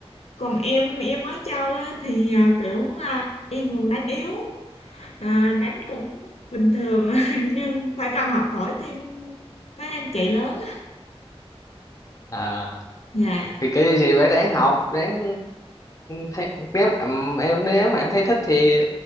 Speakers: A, on the left; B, on the left.
A: còn em em mới chơi á, thì ờ, kiểu ờ, em còn đánh yếu À, đánh cũng bình thường <laughs> nhưng phải cần học hỏi thêm mấy anh chị lớn á.
B: à
A: dạ
B: thì kỳ thì phải ráng học ráng thấy nếu ừm, em nếu mà em thấy thích thì